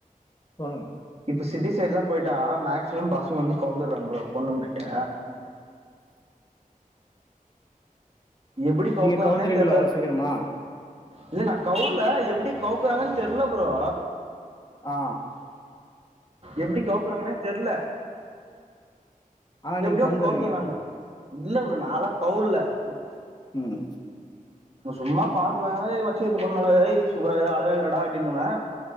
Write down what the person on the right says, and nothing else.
இப்ப சிட்டி சைட்லா போயிட்டா மேக்சிமம் பாஸ் இப்ப வந்து கௌந்துர்ராங்க ப்ரோ பொண்ங்க கிட்ட எப்டி கவுக்குறாங்கன்னே
தெர்ல
இல்ல நா கவுர்ல எப்டி கவுக்குறாங்கன்னு தெரில ப்ரோ
எப்டி கவுக்குறாங்கனே தெரில
எப்பிடியோன்னு
கவுத்தறாங்க இல்ல
ப்ரோ நாலா கவுரல ம்
சும்மா பாக்குவே ஏ மச்சி இந்த பெண்ணு நல்லாகுது ஏ சூப்பரா இக்குடா அழகாகிறடா அப்பிடின்னுவே